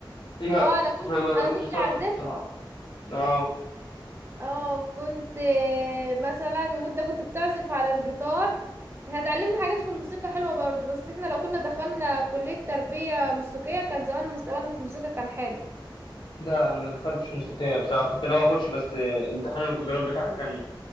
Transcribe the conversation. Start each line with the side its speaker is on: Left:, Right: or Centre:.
Left: لا
Right: اه انا كنت
Left: انا ما-
Right: انا كنت
Left: مش فاكره
Right: اعزفها
Left: بصراحه اه
Right: اه كنت آه، مثلا وانت كنت بتعزف على الجيتار هتعلمنا حاجات في الموسيقى حلوة برضه بس احنا لو كنا دخلنا كلية تربية موسيقية كان زمان مستقبلنا في الموسيقى كان حلو
Left: لا انا ما دخلتش موسيقيه بصراحه كنت ناوي اخش بس آه، امتحان القدرات بتاعها كان